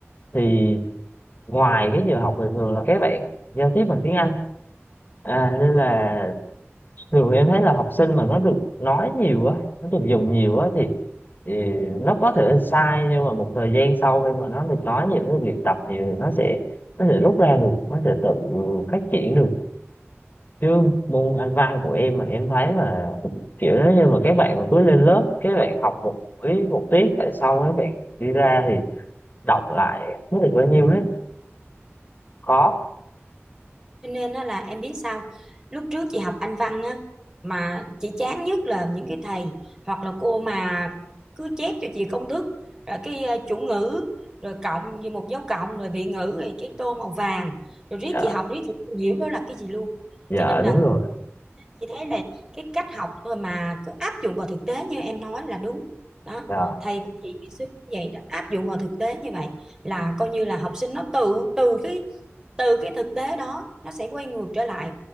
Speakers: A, on the left; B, on the right.
A: thì ngoài cái giờ học bình thường là các bạn giao tiếp bằng tiếng Anh à, nên là thường em thấy là học sinh mà nó được nói nhiều á nó được dùng nhiều á thì, thì nó có thể là sai nhưng mà một thời gian sau khi mà nó được nói nhiều nó được luyện tập nhiều thì nó sẽ nó sẽ rút ra được nó sẽ tự phát triển được chứ môn Anh văn của em mà em thấy mà kiểu nếu như mà các bạn mà cứ lên lớp các bạn học một buổi một tiết tại sau các bạn đi ra thì đọc lại không được bao nhiêu hết khó
B: Cho nên á là em biết sao lúc trước chị học Anh văn á mà chị chán nhất là những cái thầy hoặc là cô mà cứ chép cho chị công thức rồi cái ờ, chủ ngữ rồi cộng như một dấu cộng rồi vị ngữ rồi cái tô màu vàng rồi riết
A: dạ
B: chị học riết chị không hiểu đó là cái gì luôn
A: dạ
B: cho nên là
A: đúng rồi
B: chị thấy là cái cách học thôi mà cứ áp dụng vào thực tế như em nói là đúng đó
A: dạ
B: thầy của chị ngày xưa cũng vậy đó áp dụng vào thực tế như vậy là coi như là học sinh nó tự từ cái từ cái thực tế đó nó sẽ quay ngược trở lại